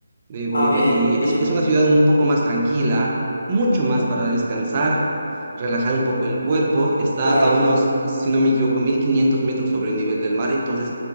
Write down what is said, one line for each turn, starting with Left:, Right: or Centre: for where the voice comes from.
Right: de Bolivia.
Left: Ah, bien,
Right: Y
Left: bien.
Right: es, es una ciudad un poco más tranquila, mucho más para descansar, relajar un poco el cuerpo. Está
Left: Claro,
Right: a unos, si no me equivoco, 1500 metros sobre el nivel del mar, entonces